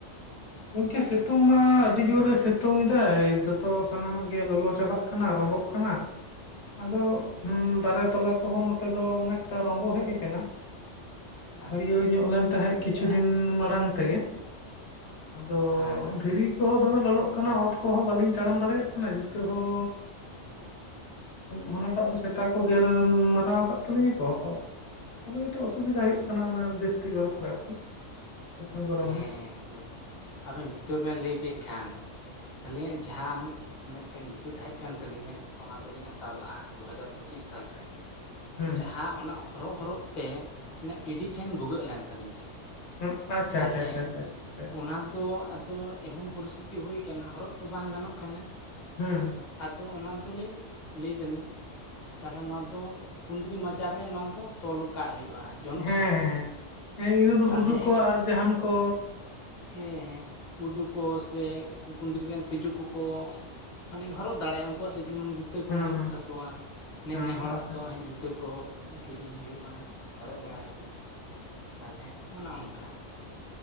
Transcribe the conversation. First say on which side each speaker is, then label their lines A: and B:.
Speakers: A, on the left; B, on the left.
A: ᱜᱚᱢᱠᱮ ᱥᱤᱛᱩᱝ ᱢᱟ ᱟᱹᱰᱤ ᱡᱳᱨᱮ ᱥᱤᱛᱩᱝ ᱮᱫᱟᱭ ᱫᱚᱛᱚ ᱥᱟᱱᱟᱢᱟᱜ ᱜᱮ ᱞᱚᱞᱚ ᱪᱟᱵᱟᱜ ᱠᱟᱱᱟ ᱨᱚᱸᱜᱚᱜ ᱠᱟᱱᱟ᱾ <inaudible> ᱟᱫᱚ ᱫᱟᱨᱮ ᱯᱟᱞᱟ ᱠᱚᱦᱚᱸ ᱱᱚᱛᱮ ᱫᱚ ᱚᱱᱮᱠᱴᱟ ᱨᱚᱸᱜᱚ ᱦᱮᱡ ᱠᱟᱱᱟ᱾
B: ᱟᱪᱪᱷᱟ
A: ᱦᱟᱹᱨᱭᱟᱹᱲ
B: ᱟᱪᱪᱷᱟ
A: ᱧᱚᱜ ᱞᱮᱱ ᱛᱟᱦᱮᱸᱜ ᱠᱤᱪᱷᱩ ᱫᱤᱱ ᱢᱟᱲᱟᱝ ᱛᱮᱜᱮ᱾ ᱟᱫᱚ
B: ᱦᱮᱸ
A: ᱫᱷᱤᱨᱤ ᱠᱚᱦᱚᱸ ᱫᱚᱢᱮ ᱞᱚᱞᱚᱜ ᱠᱟᱱᱟ ᱚᱛ ᱠᱚᱦᱚᱸ ᱵᱟᱹᱞᱤᱧ ᱛᱟᱲᱟᱢ ᱫᱟᱲᱮᱭᱟᱜ ᱠᱟᱱᱟ ᱡᱩᱛᱟᱹ ᱦᱚᱸ ᱦᱟᱱᱟᱴᱟᱜ ᱫᱚ ᱥᱮᱛᱟ ᱠᱚ ᱜᱮᱨ ᱢᱟᱨᱟᱣ ᱟᱠᱟᱫ ᱛᱟᱹᱞᱤᱧᱟ ᱠᱚᱼᱼ ᱟᱫᱚ ᱠᱟᱹᱴᱤᱡ ᱚᱥᱩᱵᱤᱫᱟ ᱦᱩᱭᱩᱜ ᱠᱟᱱᱟ ᱚᱱᱟ ᱡᱟᱹᱥᱛᱤ ᱜᱚᱨᱚᱢ ᱨᱮ ᱟᱨᱠᱤ᱾ ᱥᱤᱛᱩᱝ ᱜᱚᱨᱚᱢ
B: ᱦᱮᱸ
A: ᱨᱮ
B: ᱜᱚᱢᱠᱮ ᱟᱵᱮᱱ ᱡᱩᱛᱟᱹ ᱵᱮᱱ ᱞᱟᱹᱭ ᱠᱮᱫ ᱠᱷᱟᱱᱼᱼ ᱟᱹᱞᱤᱧᱟᱜ ᱡᱟᱦᱟᱱ ᱢᱤᱫᱴᱮᱱ ᱡᱩᱛᱟᱹ ᱛᱟᱦᱮᱸ ᱠᱟᱱ ᱛᱟᱹᱟᱞᱞᱤᱧᱟ ᱚᱱᱟ ᱫᱚᱞᱤᱧ ᱦᱟᱛᱟᱣ ᱞᱟᱜᱼᱟ ᱫᱩ ᱦᱟᱡᱟᱨᱼᱼ ᱯᱚᱪᱤᱥ ᱥᱟᱞ ᱨᱮ᱾
A: ᱦᱩᱸ
B: ᱡᱟᱦᱟᱸ ᱚᱱᱟ ᱦᱚᱨᱚᱜ ᱦᱚᱨᱚᱜ ᱛᱮ ᱚᱱᱟ ᱮᱰᱤ ᱴᱷᱮᱱ ᱵᱷᱩᱜᱟᱹᱜ ᱞᱮᱱ ᱛᱟᱹᱟᱞᱤᱧ ᱛᱟᱦᱮᱸᱫᱼᱼ
A: ᱦᱩᱸ ᱟᱪᱪᱷᱟ
B: ᱛᱟᱦᱚᱞᱮ
A: ᱟᱪᱪᱷᱟ ᱟᱪᱪᱷᱟ ᱟᱪᱪᱷᱟ ᱟᱪᱪᱷᱟ
B: ᱚᱱᱟ ᱫᱚ ᱟᱫᱚ ᱮᱢᱚᱱ ᱯᱚᱨᱤᱥᱛᱷᱤᱛᱤ ᱦᱩᱭ ᱟᱠᱟᱱᱟ ᱦᱚᱨᱚᱜ ᱛᱚ ᱵᱟᱝ ᱜᱟᱱᱚᱜ ᱠᱟᱱᱟ᱾
A: ᱦᱮᱸ
B: ᱟᱫᱚ ᱚᱱᱟ ᱫᱚᱞᱤᱮᱧ ᱞᱟᱹᱭ ᱫᱟᱞᱤᱧ᱾ ᱛᱟᱦᱚᱞᱮ ᱱᱚᱣᱟ ᱫᱚ ᱠᱩᱫᱽᱨᱤ ᱢᱟᱪᱟᱨ ᱨᱮ ᱱᱚᱣᱟ ᱫᱚ ᱛᱚᱞ ᱠᱟᱜ ᱦᱩᱭᱩᱜᱼᱟ᱾ ᱡᱚᱱᱚᱜ
A: ᱦᱮᱸ
B: ᱥᱟᱶᱛᱮ
A: ᱦᱮᱸ ᱤᱱᱟᱹ ᱫᱚ
B: ᱛᱟᱦᱚᱞᱮ
A: ᱜᱩᱰᱩ ᱠᱚ ᱟᱨ ᱡᱟᱦᱟᱱ ᱠᱚᱼᱼ
B: ᱦᱮᱸ ᱦᱮᱸ ᱜᱩᱰᱩᱠ ᱠᱚ ᱥᱮ ᱠᱩᱸᱫᱽᱨᱤ ᱨᱮᱱ ᱛᱤᱡᱩ ᱠᱚᱠᱚ ᱢᱟᱱᱮ ᱦᱚᱨᱚᱜ ᱫᱟᱲᱮᱭᱟᱜᱼᱟ ᱩᱱᱠᱩᱣᱟᱜ ᱫᱚ ᱡᱮᱢᱚᱱᱼᱼ ᱡᱩᱛᱟᱹ ᱠᱚ
A: ᱦᱮᱸ
B: ᱵᱟᱹᱱᱩᱜ
A: ᱦᱮᱸ
B: ᱛᱟᱠᱚᱣᱟ ᱱᱮᱻᱱᱮᱦᱚᱲᱟᱜ
A: ᱦᱮᱸ ᱦᱮᱸ ᱦᱮᱸ
B: ᱫᱚ ᱡᱩᱛᱟᱹ ᱠᱚᱼᱼ ᱠᱤᱨᱤᱧ ᱦᱩᱭᱩᱜᱼᱟ ᱦᱚᱨᱚᱜ ᱵᱟᱲᱟ ᱦᱤᱡᱩᱜ ᱛᱟᱦᱚᱞᱮ ᱦᱚᱱᱮ ᱚᱝᱼᱠᱟ᱾